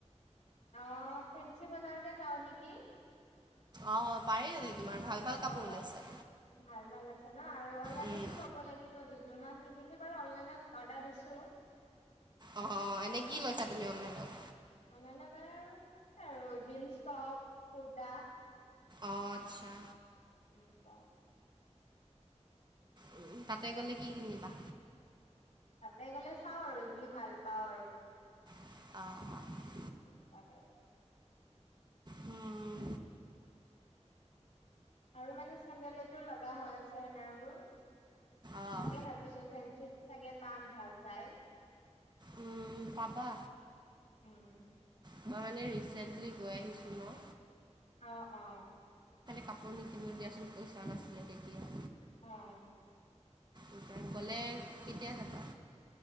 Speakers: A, on the left; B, on the right.
A: অ, ফেঞ্চি বজাৰতে যও নে কি।
B: অ, পাৰি তোমাৰ ভাল, ভাল কাপোৰ
A: অ',
B: ওলাইছে।
A: ভাল, ভাল আছে ন, আৰু অনলাইনতো
B: উম,
A: ল'ব লাগিব দুযোৰ মান সি বাৰু অনলাইনত অৰ্ডাৰ দিছো। চো
B: অ', অ', এনে কি লৈছা তুমি অনলাইনত?
A: অনলাইনত আৰু আৰু জিন্স, টপ, কুৰ্তা
B: অ, আচ্ছা।
A: <inaudible>
B: উ, তাতে
A: এই
B: গ'লে
A: বোলো
B: কি কিনিবা?
A: তাতে গ'লে চাওঁ আৰু যি ভাল পাওঁ
B: অ', অ'।
A: উম <unintelligible>
B: হম।
A: আৰু মানে চেন্দেল এযোৰ লগা হৈ আছে নে, আৰু। তাকে
B: অঁ
A: ভাবিছো ফ্ৰেণশ্বিত চাগে পাম ভাল চাই।
B: উম, পাবা
A: উম।
B: মই মানে ৰিচেণ্টলি গৈ আহিছোঁ ন।
A: অ', অ'।
B: কাপোৰ নিকিনিলো দিয়াচোন পইচা নাছিলে তেতিয়া।
A: অ'।
B: এতিয়া গ'লে কেতিয়া যাবা